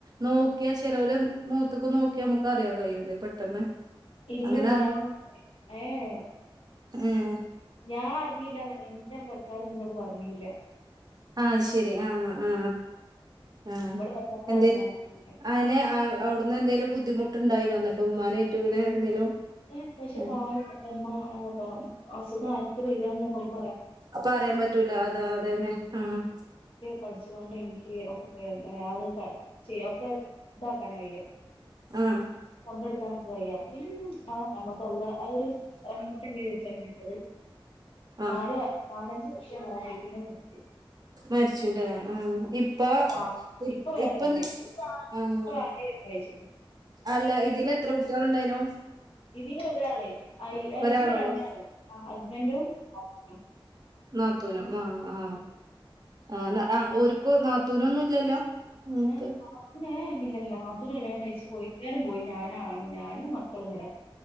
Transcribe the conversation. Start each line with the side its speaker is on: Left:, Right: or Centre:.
Right: നോക്കിയാ ചെലവര് മുഖത്തെക്ക് നോക്കിയാ നമ്മുക്ക് അറിയാൻ കയൂലോ പെട്ടെന്ന്
Left: ഇല്ല
Right: അങ്ങനെ
Left: മോള ഏ ഏ
Right: ഉം
Left: ഞാൻ അറിഞ്ഞില്ല <inaudible> പൊര്ക്കാരൊന്നുംനോട് പറ <unintelligible> ഇല്ല
Right: ആ ശരി ആ ആ ആ
Left: ഇവിടെ വന്നപ്പളാണ്
Right: എന്തേര്
Left: ഞാൻ അറിയുന്നെ
Right: എന്നെ അവിടെന്ന് - എന്തേലും ബുദ്ധിമുട്ടുണ്ടായിനോ എന്നിട്ട് ഉമ്മാനെ ഏറ്റു ഇങ്ങനെ എന്തേലും-
Left: ഏ പക്ഷെ
Right: ആ.
Left: പാ മറ്റമ്മ അതാ ഹൊ <unintelligible> അസുഖം ആർക്ക് വരുയാന്ന് ഞാൻ പഠിപ്പിച്ചു
Right: അപ്പൊ അറിയാൻ പറ്റൂല അതാ അതന്നെ ആ-
Left: പഠിച്ചുകൊണ്ട് എനിക്ക് ഒക്കെ <unintelligible> ആതൊക്കെ ചെയ്യ ഒക്കെ ഇതാക്കാൻ വയ്യ
Right: ആഹ്
Left: പങ്കെടുക്കാനും- വയ <unintelligible> ആനമ്മക്ക് കൊള്ള ആ ഒരു റാമട്ടല്ലേ <unintelligible> വച്ചന വണത്
Right: ആഹ്
Left: നാല് നാലഞ്ച് വർഷം നോക്കി പിന്നെ നിർത്തി
Right: മരിച്ചുല്ലേ ആഹ് ഇപ്പ
Left: ആ
Right: ഇ
Left: ഇപ്പൊ വേറെ
Right: ഇപ്പന്ന്
Left: കല്യാണം കഴിച്ച്
Right: ആഹ്
Left: ഇപ്പൊ <unintelligible>
Right: അല്ല ഇതിലെത്ര കുട്ടികള് ഉണ്ടായിനു
Left: ഇതില് ഒരാള് അ
Right: ഒരാളൊള്ളു
Left: ഇതില് രണ്ടാള് ആ ഹസ്ബൻ്റും <unintelligible>
Right: ന ത്തുനും ആ ആ ആ ന ഓര്ക്ക് നാത്തൂനൊന്നും ഇല്ലല്ലോ ഉം
Left: ഏ
Right: ത്ത്
Left: നാത്തൂന് ഏ ഇല്ലല്ല നാ ത്തുന് കല്ലണം കഴിച്ച് പോയി <unintelligible> പോയി ഞാന ആണ് ഞാനും മക്കളും ഇവടെ